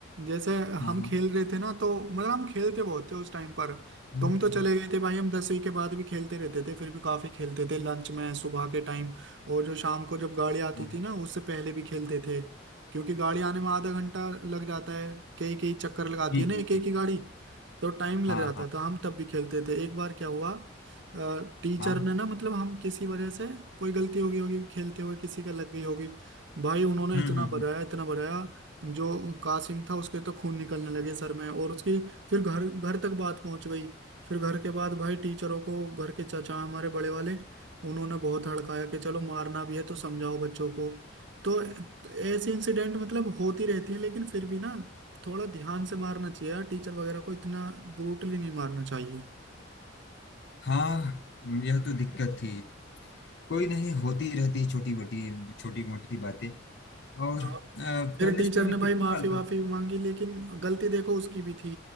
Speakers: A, on the right; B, on the left.
A: जैसे
B: हाँ
A: हम
B: हाँ
A: खेल रहे थे ना तो मतलब हम खेलते बहुत थे उस टाइम पर
B: हम्म,
A: तुम तो चले गए थे भाई हम दसवीं के बाद भी खेलते रहते थे फिर भी काफी खेलते थे लंच में सुबह के टाइम और जो शाम को जब गाड़ी आती
B: हाँ हाँ।
A: थी ना उससे पहले भी खेलते थे क्योंकि गाड़ी आने में आधा घंटा लग जाता है कई कई चक्कर लगाती
B: जी
A: है ना
B: जी
A: एक एक
B: जी
A: ही गाड़ी तो टाइम लग
B: हाँ
A: जाता
B: हाँ
A: था हम तब भी खेलते थे एक बार क्या हुआ टीचर
B: हाँ
A: ने ना मतलब हम किसी वजह से कोई गलती हो गई होगी खेलते हुए किसी का लग गई होगी भाई उन्होंने
B: हम्म
A: इतना
B: हम्म हम्म।
A: बजाया इतना बजाया जो कासिम था उसके तो खून निकलने लगे सर में और उसकी फिर घर घर तक बात पहुंच गई फिर घर के बाद भाई टीचरों को घर के चाचा हमारे बड़े वाले उन्होंने बहुत हड़काया कि चलो मारना भी है तो समझाओ बच्चों को तो ऐसे इंसिडेंट मतलब होती रहती है लेकिन फिर भी ना थोड़ा ध्यान से मारना चाहिए यार टीचर वगैरह को इतना ब्रूटली नहीं मारना चाहिए
B: हाँ यह तो दिक्कत थी कोई नहीं होती रहती है छोटी मोटी छोटी मोटी बातें और
A: हाँ
B: अ, पहले
A: फिर टीचर
B: स्कूल में
A: ने भाई
B: कितने
A: माफी
B: साल
A: वाफी
B: तक
A: भी मांगी लेकिन गलती देखो उसकी भी थी